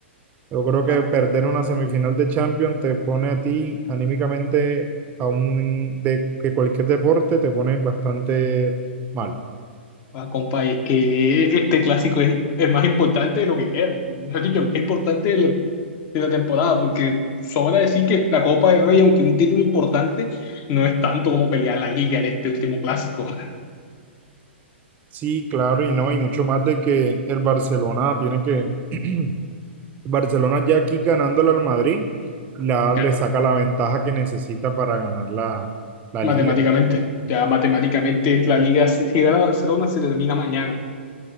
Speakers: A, on the right; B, on the left.
A: Yo creo que
B: pa-
A: perder una semifinal de Champions te pone a ti anímicamente, aún de que cualquier deporte, te pone bastante mal.
B: pa, compa, y es que este clásico es el más importante de lo que queda. Mejor dicho, el más importante de la, de la temporada, porque sobra decir que la Copa del Rey, aunque un título importante, no es tanto como pelear la liga en este último clásico. <laughs>
A: Sí, claro, y no, y mucho más de que el Barcelona tiene que <clears throat> Barcelona ya aquí ganándole al Madrid, la,
B: Ya,
A: le saca la ventaja que necesita para ganar la, la
B: matemáticamente,
A: liga.
B: ya matemáticamente la liga si se gana- Barcelona se termina mañana.